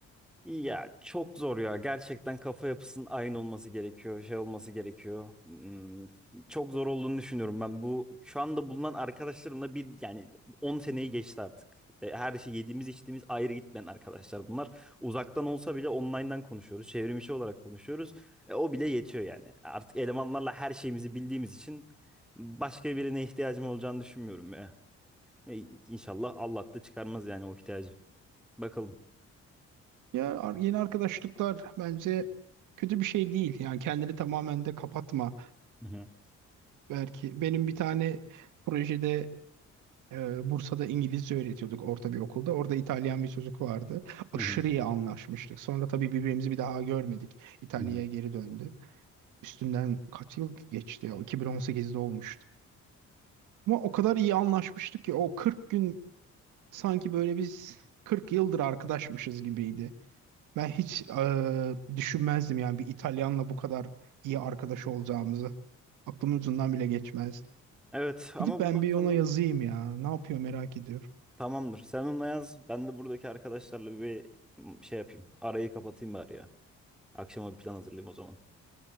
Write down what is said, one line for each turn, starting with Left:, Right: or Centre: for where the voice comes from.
Centre: Ya çok zor ya. Gerçekten kafa yapısının aynı olması gerekiyor. Şey olması gerekiyor. Hmm, çok zor olduğunu düşünüyorum ben. Bu şu anda bulunan arkadaşlarımla bir yani 10 seneyi geçti artık. E, Her şey yediğimiz içtiğimiz ayrı gitmeyen arkadaşlar bunlar. Uzaktan olsa bile online'dan konuşuyoruz. Çevrimiçi olarak konuşuyoruz. E, o bile yetiyor yani. Artık elemanlarla her şeyimizi bildiğimiz için başka birine ihtiyacım olacağını düşünmüyorum ya. E, İnşallah Allah da çıkarmaz yani o ihtiyacı. Bakalım.
Right: Ya ar- yeni arkadaşlıklar bence kötü bir şey değil. Yani kendini tamamen de kapatma.
Centre: Hı hı,
Right: Belki benim bir tane projede e, Bursa'da İngilizce öğretiyorduk orta bir okulda. Orada İtalyan bir çocuk vardı. Aşırı
Centre: hı hı,
Right: iyi anlaşmıştık. Sonra tabii birbirimizi bir daha görmedik. İtalya'ya
Centre: hı hı.
Right: geri döndü. Üstünden kaç yıl geçti ya? 2018'de olmuştu. Ama o kadar iyi anlaşmıştık ki o 40 gün sanki böyle biz 40 yıldır arkadaşmışız gibiydi. Ben hiç eee, düşünmezdim yani bir İtalyanla bu kadar iyi arkadaş olacağımızı. Aklımın ucundan bile geçmezdi.
Centre: Evet ama
Right: Gidip ben
Centre: bundan
Right: bir
Centre: sonra
Right: ona yazayım ya. Ne yapıyor merak ediyorum.
Centre: tamamdır. Sen onunla yaz. Ben de buradaki arkadaşlarla bir şey yapayım. Arayı kapatayım bari ya. Akşama bir plan hazırlayayım o zaman.